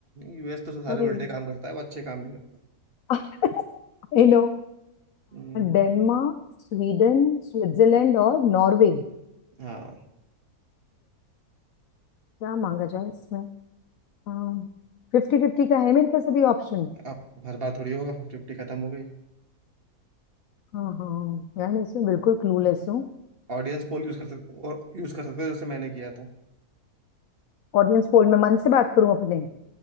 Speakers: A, on the right; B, on the left.
A: यूएस तो सारे
B: अरे
A: उल्टे काम करता है वो अच्छे काम नहीं करता
B: <laughs> आई नो
A: हम्म,
B: डेनमार्क स्वीडन स्विट्जरलैंड और नॉर्वे
A: हाँ
B: क्या मांगा जाए इसमें हाँ फिफ्टी फिफ्टी का है मेरे पास अभी ऑप्शन
A: आप हर बार थोड़ी होगा फिफ्टी फिफ्टी खत्म हो गई
B: हाँ हाँ यार मैं इसमें बिल्कुल क्लूलेस हूँ
A: ऑडियंस पोल यूज कर सकते और यूज कर सकते हो जैसे मैंने किया था
B: ऑडियंस पोल में मन से बात करूँ अपने